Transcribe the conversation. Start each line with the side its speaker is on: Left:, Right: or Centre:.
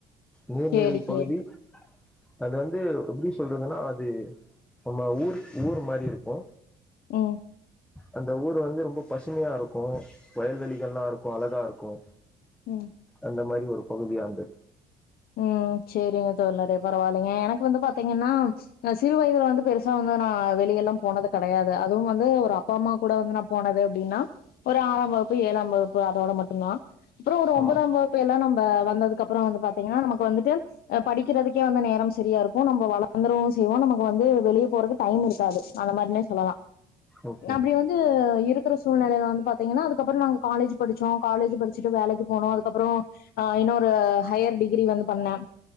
Centre: நீர்நிலை
Left: சேரி
Centre: பகுதி
Left: சேரி
Centre: அது வந்து எப்டி சொல்றதுன்னா அது நம்ம ஊர் ஊர் மாறி இருக்கு
Left: ம்
Centre: அந்த ஊரு வந்து ரொம்ப பசுமையா இருக்கு கும் வயல்வெளிகல்லா இருக்கு அழகா இருக்கு
Left: ம்
Centre: அந்த மாறி ஒரு பகுதியாண்டு
Left: ம் சேரிங்க தோழரே பரவாயில்லங்க எனக்கு வந்து பாத்தீங்கன்னா சிறு வயதுல வந்து பெருசா வந்து நா வெளிய எல்லா போனது கெடையாது அதுவு வந்து ஒரு அப்பா அம்மா கூட வந்து நா போனது அப்டின்னா ஒரு ஆறா வகுப்பு ஏழா வகுப்பு அதோட மட்டுதா அப்பற ஒரு ஒன்பதா
Centre: ஆ
Left: வகுப் இப்ப எல்லா நம்ப வந்ததுக்கு அப்பற வந்து பாத்தீங்கன்னா நமக்கு வந்துட்டு படிக்கிறதுக்கே வந்த நேர சரியா இருக்கு நம்ம வளர்ந்துவோ செய்வோ நமக்கு வந்து வெளியே போறக்கு டைம் இருக்காது அது மாறினே சொல்லலா
Centre: ஓகே
Left: அப்டி வந்து இருக் இருக்க சூழ்நிலயில வந்து பாத்தீங்கன்னா அதுக்கப்பற நாங்க காலேஜ் படிச்சோ காலேஜ் படிச்சுட்டு வேலைக்கு போனோ அதுக்கப்பற திரு ஆஹ் இன்னொரு ஹையர் டிகிரி வந்து பண்ணானே